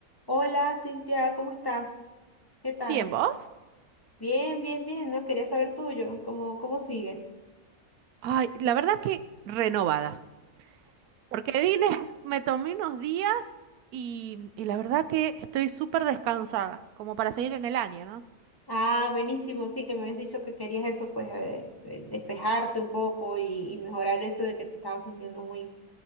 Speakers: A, on the left; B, on the right.
A: Hola, Cintia, ¿cómo estás? ¿Qué tal?
B: Bien, ¿vos?
A: Bien, bien, bien, ¿no? Quería saber tuyo, ¿cómo, cómo sigues?
B: Ay, la verdad que renovada, porque vine, <laughs> me tomé unos días y, y la verdad que estoy súper descansada, como para seguir en el año, ¿no?
A: Ah, buenísimo, sí, que me habías dicho que querías eso, pues, eh, eh, despejarte un poco y, y mejorar eso de que te estabas sintiendo muy,